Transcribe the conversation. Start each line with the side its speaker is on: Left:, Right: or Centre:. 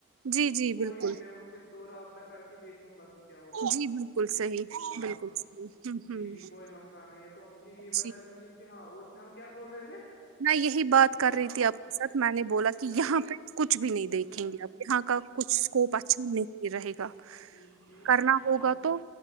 Right: جی
Left: تو
Right: جی
Left: کوئی
Right: بالکل
Left: نہیں میں ان سے دو رابطہ کر کے دیکھ لوں گا کہ کیا ہوگا
Right: جی بالکل صحیح
Left: ہاں
Right: بالکل صحیح ہ ہ
Left: جی جی کوئی مسئلہ نہیں ہے تو مجھے یہ بتا
Right: جی
Left: دیجیے کہ ہاں اور کیا ہم کیا بول رہے تھے
Right: میں یہی بات کر
Left: ہاں
Right: رہی تھی آپ کے ساتھ میں نے بولا کہ
Left: کیا
Right: یہاں پہ کچھ بھی نہیں
Left: اچھا
Right: دیکھیں گے آپ یہاں کا کچھ اسکوپ اچھا نہیں رہے گا
Left: ٹھیک ٹھیک
Right: کرنا ہوگا
Left: ہ
Right: تو